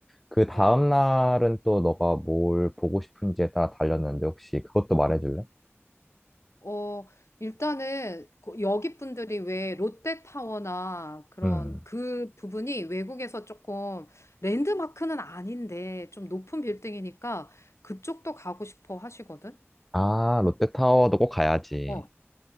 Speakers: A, in the centre; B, on the left.
A: 그 다음
B: 어,
A: 날은 또 너가 뭘 보고 싶은지에 따라 달렸는데 혹시 그것도 말해줄래?
B: 어, 일단은 그 여기 분들이 왜 롯데타워나 그런
A: 음,
B: 그 부분이 외국에서 조금 랜드마크는 아닌데 좀 높은 빌딩이니까 그쪽도 가고 싶어 하시거든?
A: 아, 롯데타워도 꼭 가야지.
B: 어,